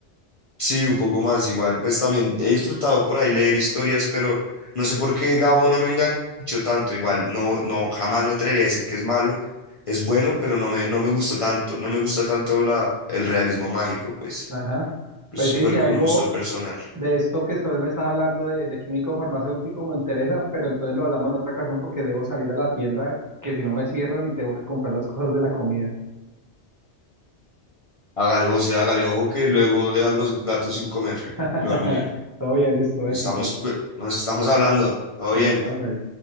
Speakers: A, on the left (about 40°); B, on the right (about 20°).
A: Sí, un poco más. Igual, pues también he disfrutado por ahí leer historias, pero no sé por qué Gabo no me enganchó tanto. Igual, no, no, jamás me atrevería a decir que es malo. Es bueno, pero no me, no me gustó tanto. No me gusta tanto la, el realismo mágico, pues.
B: Ajá.
A: Es
B: Pues
A: igual
B: sí, si
A: como
B: algo
A: un gusto personal.
B: de esto que usted me está hablando de, de químico farmacéutico me interesa, pero entonces lo hablamos en otra ocasión porque debo salir a la tienda, que si no me cierran y tengo que comprar las cosas de la comida.
A: Hágale, José, hágale, ojo que luego dejan los gatos sin comer.
B: <laughs>
A: Lo aruñan.
B: Todo bien, listo,
A: Nos
B: éxito.
A: estamos, cu- nos estamos hablando. Todo
B: Bueno,
A: bien.
B: ya pues.